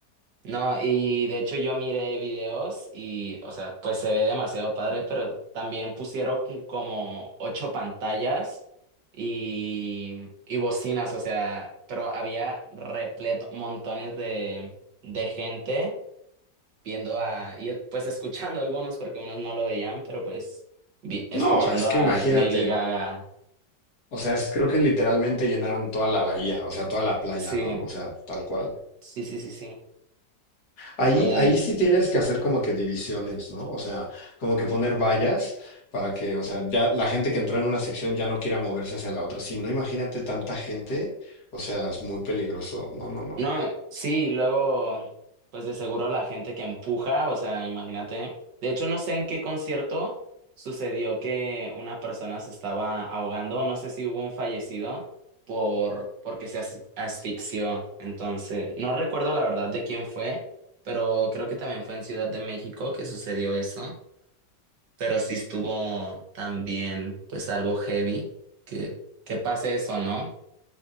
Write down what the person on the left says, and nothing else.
no, es que
imagínate,
o sea, es, creo que literalmente llenaron toda la bahía, o sea, toda la playa,
¿no? O sea, tal cual.
Ahí,
ahí sí tienes que hacer como que divisiones, ¿no? O sea, como que poner vallas para que, o sea, ya la gente que entró en una sección ya no quiera moverse hacia la otra. Si no, imagínate tanta gente, o sea, es muy peligroso. No, no, no.